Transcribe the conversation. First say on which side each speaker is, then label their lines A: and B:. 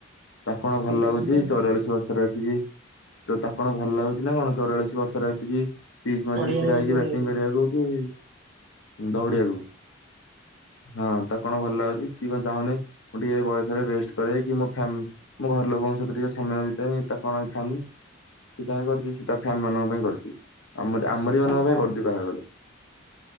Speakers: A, on the left; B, on the right.
A: ତାକୁ କଣ ଭଲ
B: ସେଇ
A: ଲାଗୁଛି ଚଉରାଳିଶ ବର୍ଷ ବର୍ଷରେ ଆସିକି ତା କଣ ଭଲ ଲାଗୁଛି ନା କଣ ଚଉରାଳିଶ ବର୍ଷରେ ଆସିକି ପିଚ ମଝିରେ
B: ପଡିଆରେ
A: ଛିଡା ହେଇକି
B: ଦୌଡିବାକୁ
A: ବ୍ୟାଟିଂ କରିବାକୁ କି ଦୌଡିବାକୁ। ହଁ ତା କଣ ଭଲ ଲାଗୁଛି ସିଏ କଣ ଚାହୁନି ମୁଁ ଟିକେ ବୟସରେ ରେଷ୍ଟ କି ମୋ ଫ୍ୟା ମୋ ଘର ଲୋକଙ୍କ ସହିତ ଟିକେ ସମୟ ବିତାଇ ତା କଣ ଇଛା ସ ସେ କାଇଁ କର କରିଛି ସେ ତା ଫ୍ୟାନ ମାନଙ୍କ ପାଇଁ କରୁଛି। ଆମ ଆମଦ ମାନଙ୍କ
B: ଆଉ
A: ପାଇଁ
B: କଣ
A: କରଜୁ କା ହେଗଲା।